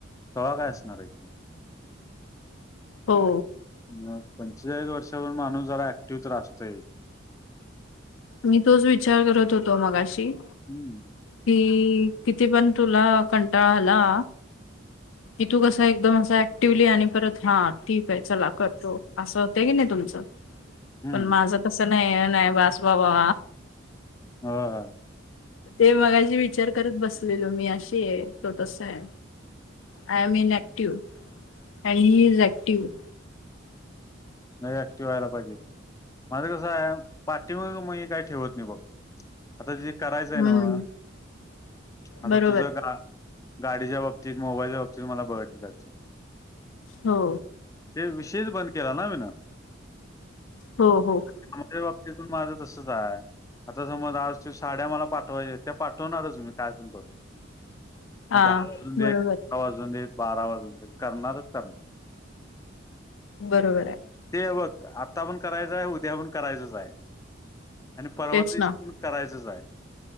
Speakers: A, on the left; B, on the left.
A: तवा काय असणार आहे.
B: हो
A: मग पंचेचाळीस वर्षावर माणूस जरा ऍक्टिव्ह तर रा असतंय.
B: मी तोच विचार करत होतो मगाशी
A: हम्म
B: कि किती पण तुला कंटाळा आला. की तू कसं एकदम असं ऍक्टिव्हली आणि परत हा ठीकय चला करतो. असं होतंय की नाही तुमचं?
A: हम्म
B: पण माझं तस नाय, नाय बास बाबा
A: हा आ
B: ते मगाशी विचार करत बसलेलो मी अशीय तो तसाय I am in active and he is active
A: नाय ऍक्टिव व्हायला पाहिजे माझं कसंय पाठीव मय काही ठेवत नाही बघ आता जे करायचंय नव्हं,
B: हम्म
A: आता
B: बरोबर
A: तुझं का गाडीच्या बाबतीत मोबाईलच्या बाबतीत मला बघडली <unintelligible> जाशील
B: हो
A: ते विशेषच बंद केला ना नव्हीन <unintelligible>
B: हो हो
A: कामाच्या बाबतीत माझं तसच हाय आता समज आज ते साड्या मला पाठवायच्या त्या पाठवणारच मी काय पण करून
B: <unintelligible>
A: मग दहा वाजून दे,
B: बरोबर
A: अकरा वाजून दे, बारा वाजून दे, करणारच करणार
B: बरोबराय
A: ते बघ आता पण करायचाय उद्या पण करायचंच हाय आणि परवा
B: तेच
A: दिशी
B: ना
A: करायचच हाय.